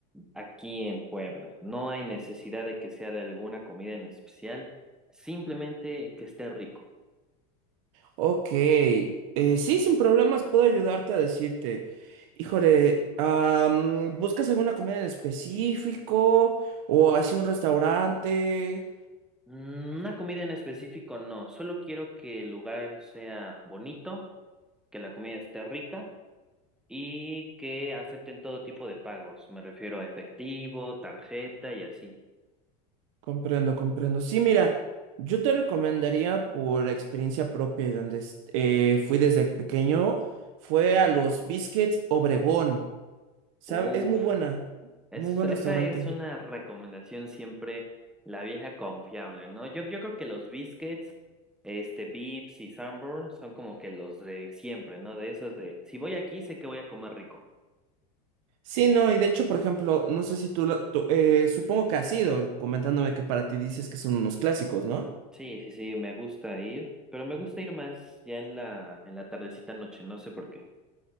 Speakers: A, in the centre; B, on the right.
A: aquí en Puebla. No hay necesidad de que sea de alguna comida en especial, simplemente que esté rico.
B: Ok, eh, sí, sin problemas puedo ayudarte a decirte. Híjole, am, ¿buscas alguna comida en específico? ¿O así un restaurante?
A: Mm, Una comida en específico no, solo quiero que el lugar sea bonito, que la comida esté rica y que acepten todo tipo de pagos. Me refiero a efectivo, tarjeta y así.
B: Comprendo, comprendo. Sí, mira, yo te recomendaría por experiencia propia y donde es- eh, fui desde pequeño, fue a los Biscuits Obregón. ¿Sabe?
A: Uf,
B: Es muy buena,
A: es-
B: muy buen
A: esa
B: restaurante.
A: es una recomendación siempre, la vieja confiable, ¿no? Yo, yo creo que los biscuits, este, Vips y Sanborn son como que los de siempre, ¿no? De esos de, si voy aquí, sé que voy a comer rico.
B: Sí, no, y de hecho, por ejemplo, no sé si tú, lo- tú- eh, supongo que has ido comentándome que para ti dices que son unos clásicos, ¿no?
A: Sí, sí, sí, me gusta ir, pero me gusta ir más ya en la, en la tardecita noche, no sé por qué.